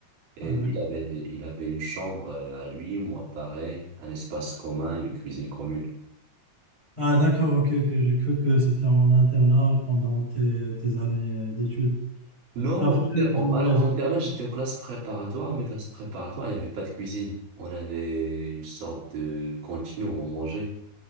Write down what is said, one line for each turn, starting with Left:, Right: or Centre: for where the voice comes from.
Right: Et
Centre: Ah,
Right: lui,
Centre: d'accord.
Right: il avait, il avait une chambre euh, à lui, moi pareil, un espace commun, une cuisine commune.
Centre: Ah, d'accord, ok, ok. J'ai cru que c'était en internat pendant tes, tes années euh, d'études.
Right: Non,
Centre: Après,
Right: au inter- au-
Centre: ouais,
Right: alors en
Centre: je-
Right: internat, j'étais en classe préparatoire, mais classe préparatoire, il n'y avait pas de cuisine. On avait une sorte de cantine où on mangeait.